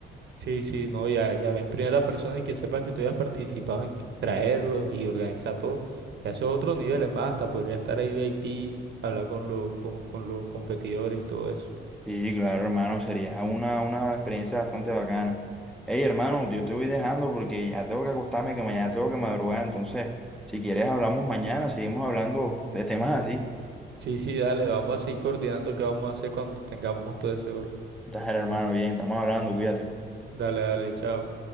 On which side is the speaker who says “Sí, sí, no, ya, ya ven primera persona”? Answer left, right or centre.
Right